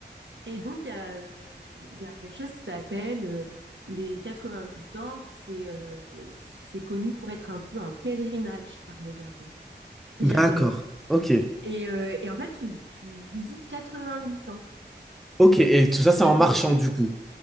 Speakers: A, on the right; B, in the centre.
A: Et donc, il y a, euh, il y a quelque chose qui s'appelle euh, les 88 temples. C'est euh, c'est connu pour être un peu un pèlerinage par les Japon- les
B: D'accord.
A: Japonais.
B: Ok.
A: Et, euh, et en fait, tu, tu visites 88 temples
B: Ok.
A: euh,
B: Et
A: sur
B: tout ça, c'est
A: l'île
B: en marchant,
A: de Shikoku.
B: du coup.